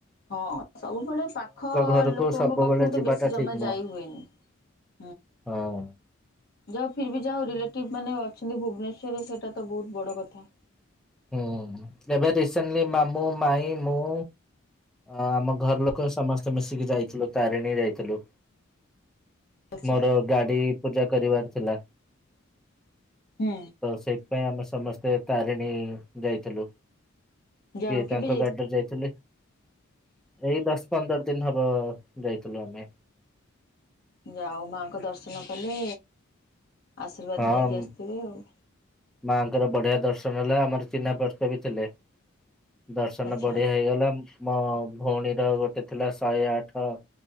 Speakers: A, on the left; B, in the centre.
A: ହଁ ସବୁବେଳେ ପାଖ
B: ଘରକୁ
A: ଲୋକଙ୍କ
B: ସବୁବେଳେ
A: ପାଖକୁତ
B: ଯିବାଟା
A: ବେଶୀ ଜମା
B: ଠିକ ନୁହଁ
A: ଯାଇ ହୁଏନି। <inaudible>
B: ହଁ।
A: ଯା ଫିରବି ଯାହାଉ ରିଲେଟିଭ ମାନେ ଅଛନ୍ତି ଭୁବନେଶ୍ୱରେ ସେଇଟାତ ବହୁତ ବଡ଼ କଥା।
B: ହୁଁ ଏବେ ରିସେଣ୍ଟଲି ମାମୁଁ ମାଇଁ ମୁଁ। ହଁ ଆମ ଘର ଲୋକ ସମସ୍ତେ ମିଶିକି ଯାଇଥିଲୁ ତାରିଣୀ ଯାଇଥିଲୁ।
A: ଆଚ୍ଛା।
B: ମୋର ଗାଡି ପୂଜା କରିବାର ଥିଲା।
A: ଉୁଁ।
B: ତ ସେଇଥିପାଇଁ ଆମେ ସମସ୍ତେ ତାରିଣୀ ଯାଇଥିଲୁ।
A: ଯାଉ
B: ସିଏ
A: କେବେ
B: ତାଙ୍କ ଗାଡଲ ଯାଇଥିଲେ। ଏଇ ଦଶ ପନ୍ଦରଦିନ ହବ ଯାଇଥିଲୁ ଆମେ।
A: ଯାହା ହଉ ମାଆଙ୍କ ଦର୍ଶନ କଲେ ଆଶୀର୍ବାଦ
B: ହଁ
A: ନେଇକି ଆସିଥିବେ ଆଉ।
B: ମାଆଙ୍କର ବଢିଆ ଦର୍ଶନ ହେଲା ଆମର ଚିହ୍ନା ପଚବି ଥିଲେ। ଦର୍ଶନ
A: ଆଚ୍ଛା
B: ବଢିଆ ହେଇଗଲା। ମୋ ଭଉଣୀର ଗୋଟେ ଥିଲା ଶହେଆଠ